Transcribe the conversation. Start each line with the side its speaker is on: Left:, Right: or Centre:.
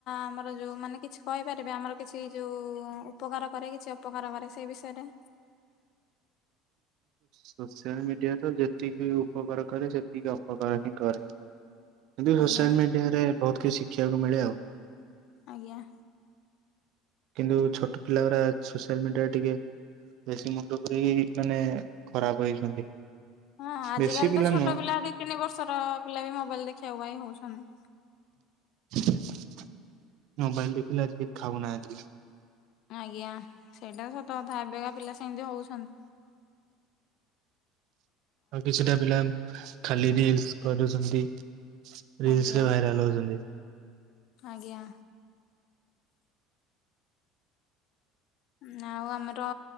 Left: ଆମର ଯୋଉ ମାନେ କିଛି କହିପାରିବେ ଆମର କିଛି ଯୋଉ-ଉ ଉପକାର କରେ କିଛି ଅପକାର କରେ ସେଇ ବିଷୟରେ?
Right: ସୋସିଆଲ ମିଡିଆ ତ ଯେତିକି ଉପକାର କରେ ସେତିକି ଅପକାର ହିଁ କରେ। କିନ୍ତୁ
Left: ଆଜ୍ଞା
Right: ସୋସିଆଲ ମିଡିଆରେ ବୋହୁତ କିଛି ଶିଖିବାକୁ ମିଳେ ଆଉ।
Left: ଆଜ୍ଞା।
Right: କିନ୍ତୁ ଛୋଟ ପିଲା ଗୁରା ସୋସିଆଲ ମିଡିଆରେ ଟିକେ ବେଶୀ ମୁଣ୍ଡ ପୁରେଇକି ମାନେ ଖରାପ ହେଇଛନ୍ତି।
Left: ହଁ ଆଜିକାଲି
Right: ବେଶୀ
Left: ତ ଛୋଟ
Right: ନୁହଁ
Left: ପିଲା ଦି ତିନି ବର୍ଷର ପିଲା ବି ମୋବାଇଲ ଦେଖିବାକୁ ବାଇ ହୋଉଛନ୍ତି।
Right: ମୋବାଇଲ ଦେଖିଲେ ଆଜିିକେ ଖାଉନାହାନ୍ତି।
Left: ଆଜ୍ଞା ସେଇଟା ସତ କଥା ଏବେକା ପିଲା ସେମିତି ହୋଉଛନ୍ତି।
Right: ଆଉ କିଛିଟା ପିଲା ଖାଲି ରିଲ୍ସ କରୁଛନ୍ତି ରିଲ୍ସରେ
Left: ଆଜ୍ଞା
Right: ଭାଇରାଲ ହୋଉଛନ୍ତି।
Left: ଆଜ୍ଞା। ନା ଆଉ ଆମର-ଅ